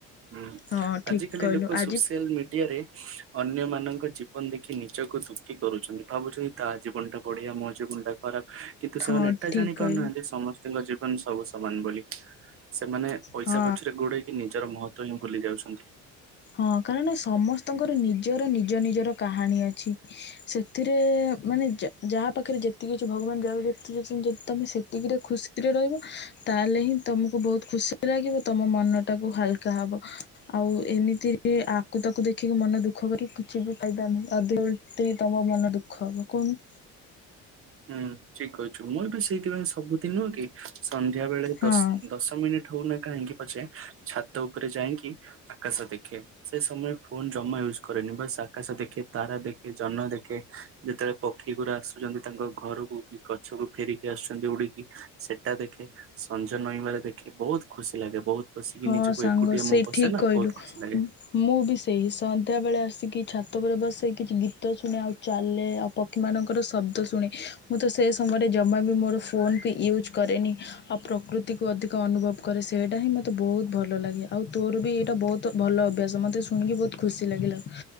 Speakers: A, on the right (about 45°); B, on the left (about 35°).
A: ହୁଁ
B: ହଁ ଠିକ
A: ଆଜିକାଲି
B: କହିଲୁ
A: ଲୋକ
B: ଆଜି
A: ସୋସିଆଲ ମିଡିଆରେ ଅନ୍ୟ ମାନଙ୍କ ଜୀବନ ଦେଖି ନି ନିଜକୁ ଦୁଃଖି କରୁଛନ୍ତି ଭାବୁଛନ୍ତି ତା ଜୀବନଟା ବଢିଆ ମୋ ଜୀବନଟା ଖରାପ କିନ୍ତୁ ସେମାନେ
B: ହଁ
A: ଏଟା
B: ଠିକ
A: ଜାଣି
B: କହିଲୁ।
A: ପାରୁନାହାନ୍ତି ସମସ୍ ସ୍ତିଙ୍କ ଜୀବନ ସବୁ ସମାନ ବୋଲି ସେମାନେ ପଇସା
B: ହଁ
A: ପଛରେ ଗୋଡେଇ କି ନିଜର ମହତ୍ତ୍ଵ ହିଁ ଭୁଲି ଯାଉଛନ୍ତି।
B: ହଁ କାରଣ ସମସ୍ତଙ୍କର ନିଜର ନିଜ ନିଜର କାହାଣୀ ଅଛି। ସେଥିରେ ମାନେ ଯାହା ପାଖରେ ଯେତିକି ଅଛି ଭଗବାନ ଯାହା ଯେତିକି ଦେଇଛନ୍ତି ଯଦି ତମେ ସେତିକିରେ ଖୁସି ରାତିରେ ରହିବ ତାହେଲେ ହିଁ ତମକୁ ବହୁତ ଖୁସି ଲାଗିବ ତମ ମନ ଟାକୁ ହାଲକା ହବ। ଆଉ ଏମିତି ଆକୁ ତାକୁ ଦେଖିକି ମନ ଦୁଃଖ କରିକି କିଛି ବି ଫାଇଦା ନୁହେଁ। ଅଧିକ ଓଲଟେଇ ତମ ମନ ଦୁଃଖ ହବ କହୁନୁ।
A: ହୁଁ ଠିକ୍ କହିଚୁ ମୁଁ ଏବେ ସେଇଥିପାଇଁ ସବୁଦିନ କି ସନ୍ଧ୍ୟା ବେଳେ
B: ହଁ।
A: ଦଶ ଦଶ ମିନିଟ୍ ହୋଉନା କାହିଁକି ପଛେ ଛାତ ଉପରେ ଯାଇକି ଆକାଶ ଦେଖେ ସେ ସମୟ ଫୋନ ଜମା ୟୁଜ କରେନି ବସ୍ ଆକାଶ ଦେଖେ ତାରା ଦେଖେ ଜନ୍ନ ଦେଖେ। ଯେତେବେଳେ ପକ୍ଷୀ ଗୁଡା ଆସୁଛନ୍ତି ତାଙ୍କ ଘରକୁ କି ଗଛକୁ ଫେରିକି ଆସୁଛନ୍ତି ଉଡିକି ସେଟା ଦେଖେ। ସଞ୍ଜ ନଈବାରେ ଦେଖି ବହୁତ ଖୁସି ଲାଗେ ବହୁତ। ବସିକି
B: ହଁ
A: ନିଜକୁ
B: ସାଙ୍ଗ
A: ଏକୁଟିଆ
B: ସେଇ
A: ମୁଁ ବସେ
B: ଠିକ୍
A: ନା
B: କହିଲୁ
A: ବହୁତ ଖୁସି ଲାଗେ।
B: ମୁଁ ବି ସେଇ ସନ୍ଧ୍ୟାବେଳେ ଆସିକି ଛାତ ଉପରେ ବସେ କିଛି ଗୀତ ଶୁଣେ ଆଉ ଚାଲେ ଆଉ ପକ୍ଷୀମାନଙ୍କର ଶବ୍ଦ ଶୁଣେ ମୁଁ ତ ସେ ସମୟରେ ଜମା ବି ମୋର ଫୋନକୁ ୟୁଜ୍ କରେନି। ଆଉ ପ୍ରକୃତିକୁ ଅଧିକ ଅନୁଭବ କରେ ସେଇଟା ହିଁ ମୋତେ ବହୁତ ଭଲ ଲାଗେ ଆଉ ତୋର ଭି ଏଇଟା ବହୁତ ଭଲ ଅଭ୍ୟାସ। ମତେ ଶୁଣିକି ବହୁତ ଖୁସି ଲାଗିଲା